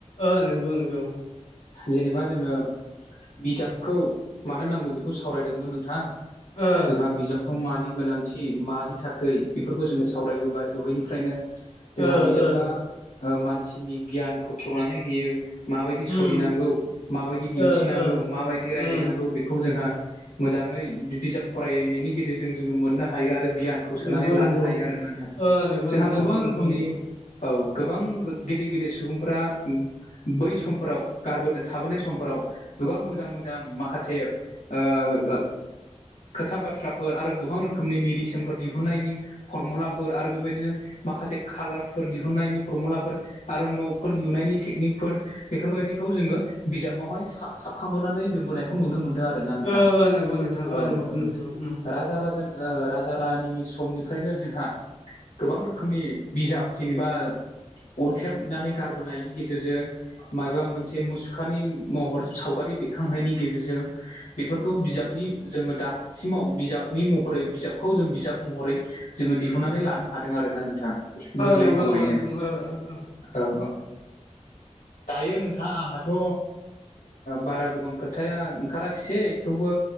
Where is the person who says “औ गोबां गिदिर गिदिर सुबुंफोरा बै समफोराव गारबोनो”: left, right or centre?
Left